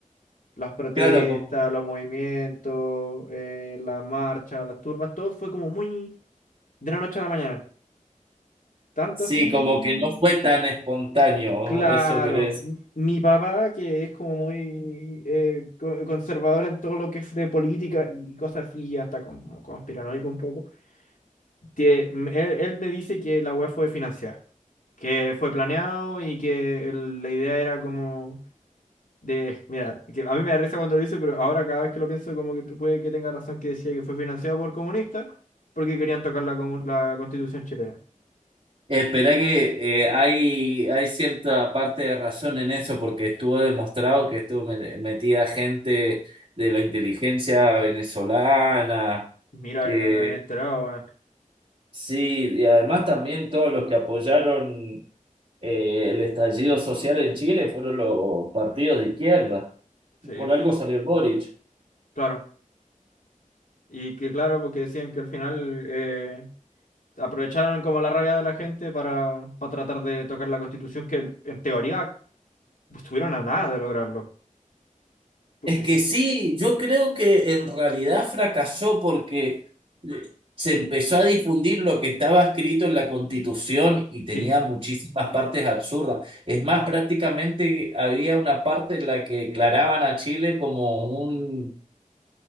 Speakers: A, on the left; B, on the right.
A: Las protestas,
B: Claro, como,
A: los movimientos, eh, las marchas, las turbas, todo fue como muy de la noche a la mañana. Tanto
B: sí,
A: así,
B: como que no fue tan espontáneo,
A: claro,
B: eso querés
A: m- mi papá, que es como muy eh, co- conservador en todo lo que es de política y cosas así, hasta como conspiranoico un poco, tie- él, él me dice que la weá fue financiada, que fue planeado y que el- la idea era como de, mira, que a mí me da risa cuando lo dice, pero ahora cada vez que lo pienso como que puede que tenga razón que decía que fue financiado por comunistas porque querían tocar la, comu- la Constitución chilena.
B: Espera que eh, hay, hay cierta parte de razón en eso, porque estuvo demostrado que estuvo me- metida gente de la inteligencia venezolana,
A: Mira,
B: que
A: yo no me había enterado, weón.
B: sí, y además también todos los que apoyaron eh, el estallido social en Chile fueron los partidos de izquierda.
A: Sí,
B: Por algo salió el Boric.
A: claro. Y que claro, porque decían que al final eh, aprovecharon como la rabia de la gente para, para tratar de tocar la Constitución que en teoría estuvieron a nada de lograrlo. Porque
B: Es que
A: si,
B: sí, yo creo que en realidad fracasó porque eh, se empezó a difundir lo que estaba escrito en la Constitución y tenía
A: Sí,
B: muchísimas partes absurdas. Es más, prácticamente había una parte en la que declaraban a Chile como un